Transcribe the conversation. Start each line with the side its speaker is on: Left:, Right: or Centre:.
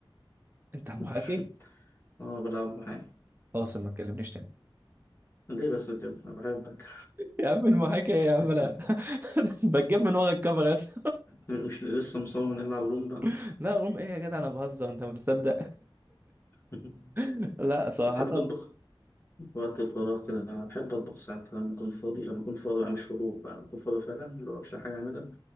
Right: انت محاكي
Left: <laughs> أه بلعب محاكي
Right: خلاص ما تكلمنيش تاني
Left: ليه بس كده؟ أنا بحبك
Right: يا عم المحاكي إيه يا عم
Left: <laughs>
Right: انا <laughs> بتجيب من ورا الكاميرا بس
Left: مش لسه مصمم إني ألعب روم بقى
Right: <laughs> لا غم ايه يا جدع انا بهزر انت ما بتصدق
Left: <laughs>
Right: <laughs> لا صراحة
Left: بتحب تطبخ؟ وقت الفراغ كده بحب أطبخ ساعات كده لما أكون فاضي لما أكون فاضي بقى مش هروب بقى لما أكون فاضي فعلا اللي هو مش لاقي حاجة أعملها